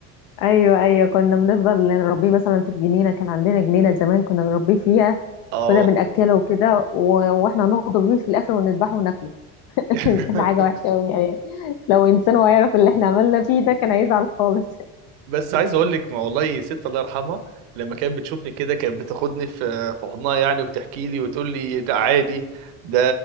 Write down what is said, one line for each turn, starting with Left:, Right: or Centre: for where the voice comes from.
Left: ايوه ايوه كنا بنفضل نربيه مثلا في الجنينه كان عندنا جنينه زمان كنا بنربيه فيها
Right: اه
Left: كنا بناكله وكده و- واحنا نغدر بيه في الاخر ونذبحه وناكله <laughs>
Right: <laughs>
Left: كانت حاجه وحشه قوي يعني لو انسان هيعرف اللي احنا عملنا فيه ده كان هيزعل خالص
Right: بس عايز اقول لك ما والله ست الله يرحمها لما كانت بتشوفني كده كانت بتاخدني في في حضنها يعني وتحكي لي وتقول لي ده عادي ده